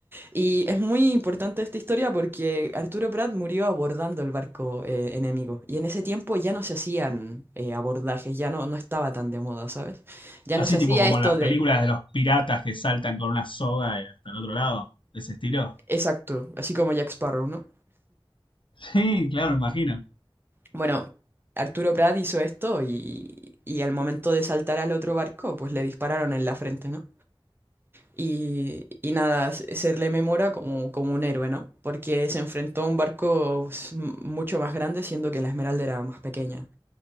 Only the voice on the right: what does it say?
Y es muy importante esta historia porque Arturo Prat murió abordando el barco eh, enemigo y en ese tiempo ya no se hacían eh, abordajes, ya no, no estaba tan de moda, ¿sabes? Ya
no se hacía
esto
de...
Exacto, así como Jack Sparrow, ¿no?
Bueno, Arturo Prat hizo esto y, y al momento de saltar al otro barco, pues le dispararon en la frente, ¿no? Y, y nada, se se le memora como, como un héroe, ¿no? Porque se enfrentó a un barco s- mucho más grande, siendo que la Esmeralda era más pequeña.